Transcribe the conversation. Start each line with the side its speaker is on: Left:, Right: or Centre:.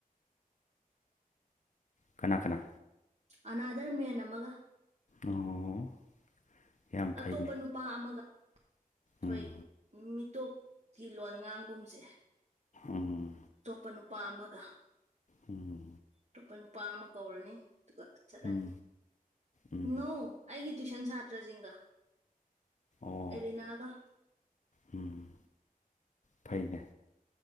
Left: ꯀꯅꯥ ꯀꯅꯥ
Right: ꯑꯅꯥꯗꯔ ꯃꯦꯟ ꯑꯃꯒ
Left: ꯑꯣ ꯌꯥꯝ ꯐꯩꯅꯦ
Right: ꯑꯇꯣꯞꯄ ꯅꯨꯄꯥ ꯑꯃꯒ ꯊꯣꯏ
Left: ꯎꯝ
Right: ꯃꯤꯇꯣꯞꯀꯤ ꯂꯣꯟ ꯉꯥꯡꯒꯨꯝꯁꯦ
Left: ꯎꯝ
Right: ꯑꯇꯣꯞꯄ ꯅꯨꯄꯥ ꯑꯃꯒ
Left: ꯎꯝ
Right: ꯑꯇꯣꯞꯄ ꯅꯨꯄꯥ ꯑꯃ ꯀꯧꯔꯅꯤ ꯑꯗꯨꯒ ꯆꯠꯂꯅꯤ
Left: ꯎꯝ ꯎꯝ
Right: ꯅꯣꯡ ꯑꯩꯒꯤ ꯇꯨꯏꯁꯟ ꯁꯥꯇ꯭ꯔꯁꯤꯡꯒ
Left: ꯑꯣ
Right: ꯑꯦꯂꯤꯅꯥꯒ
Left: ꯎꯝ ꯐꯩꯅꯦ